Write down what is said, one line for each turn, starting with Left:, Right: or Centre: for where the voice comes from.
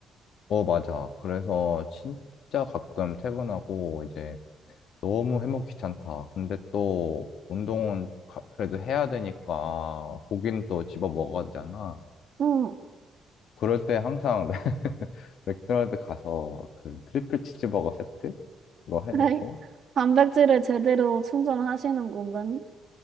Left: 어, 맞아. 그래서 진짜 가끔 퇴근하고 이제 너무 해먹기 귀찮다. 근데 또 운동은 가- 그래도 해야 되니까 고기는 또 집어 먹어야 되잖아.
Right: 응.
Left: 그럴 때 항상 <laughs> 맥도날드 가서 그 트리플 치즈버거 세트 그거 해놓고
Right: 에이, 단백질을 제대로 충전하시는구먼.